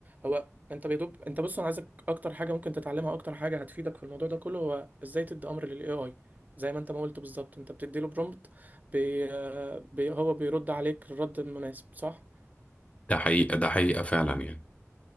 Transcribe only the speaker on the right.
هو انت بيدوب انت بص انا عايزك اكتر حاجه ممكن تتعلمها اكتر حاجه هتفيدك في الموضوع ده كله هو ازاي تدي امر للاي اي زي ما انت ما قلت بالظبط انت بتدي له برومبت بي آه، بي هو بيرد عليك الرد المناسب صح